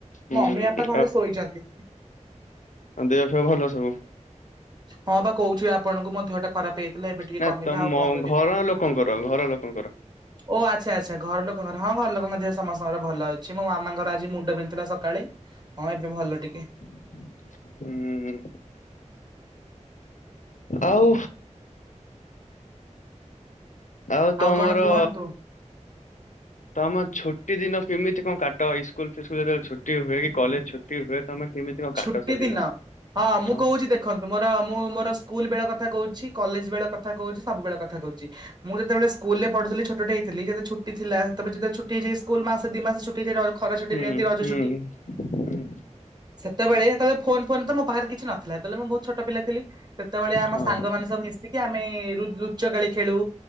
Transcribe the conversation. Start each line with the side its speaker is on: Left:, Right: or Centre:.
Left: ହୁଁ
Right: ମମି ବାପା ଘରେ ଶୋଇଛନ୍ତି।
Left: ଆଉ ଦେହ ଫେହ ଭଲ ସବୁ।
Right: ହଁ ବା କହୁଛି ଆପଣଙ୍କୁ ମୋ ଦେହ ଟା ଖରାପ। ହେଇଥିଲା ଏବେ ଟିକେ
Left: ନା
Right: କମିଲା
Left: ତମ
Right: ଆଉ କଣ କରିବି।
Left: ଘର ଲୋକଙ୍କର ଘର ଲୋକଙ୍କର
Right: ଓ ଆଚ୍ଛା ଆଚ୍ଛା ଘର ଲୋକଙ୍କର ହଁ ଘର ଲୋକଙ୍କ ଦେହ ସମସ୍ତଙ୍କର ଭଲ ଅଛି ମୋ ମାମାଙ୍କର ଆଜି ମୁଣ୍ଡ ବିନ୍ଦୁଥିଲା ସକାଳେ। ହଁ ଏବେ ଭଲ ଟିକେ।
Left: ହୁଁ। ଆଉ। ଆଉ ତମର।
Right: କଣ କୁହନ୍ତୁ।
Left: ତମେ ଛୁଟି ଦିନ କେମିତି କଣ କାଟ ଇସ୍କୁଲ ଫିସ୍କୁଲ ଯେତବେଳେ ଛୁଟି ହୁଏ କି କଲେଜ ଛୁଟି ହୁଏ ତମେ। କେମିତି କଣ
Right: ଛୁଟି
Left: କାଟ ସେଦିନ
Right: ଦିନ ମୁଁ
Left: ହଁ।
Right: କହୁଛି ଦେଖନ୍ତୁ ମୋର ମୁଁ ମୋର ସ୍କୁଲ ବେଳେ କଥା କହୁଛି କଲେଜ ବେଳେ କଥା କହୁଛି ସବୁବେଳେ କଥା କହୁଛି। ମୁଁ ଯେତବେଳେ ସ୍କୁଲ ରେ ପଢଥିଲ ଛଟ ହେଥିଲ ଯେତ ଛୁ ଥିଲା ସେବେଳେେବେ ଛୁଟିଇଯାଇ ସ୍କୁଲ ମାସ ଦି ମାସ। <inaudible> ଖରା ଛୁଟି
Left: ହୁଁ
Right: ଦିଅନ୍ତି ରଜ
Left: ହୁଁ
Right: ଛୁଟି।
Left: ହୁଁ
Right: ସେତେବେଳେ ଯେତେବେଳେ ଫୋନ ଫୋନ ତ ମୋ ପାଖରେ କିଛି ନଥିଲା ସେତେବେଳେ ମୁଁ ବହୁତ ଛୋଟ ପିଲା ଥିଲି ସେତେବେଳେ ଆମ
Left: ହଁ
Right: ସାଙ୍ଗମାନେ। ମିଶିକି ଆମେ ଲୁଚ କାଳି ଖେଳୁ।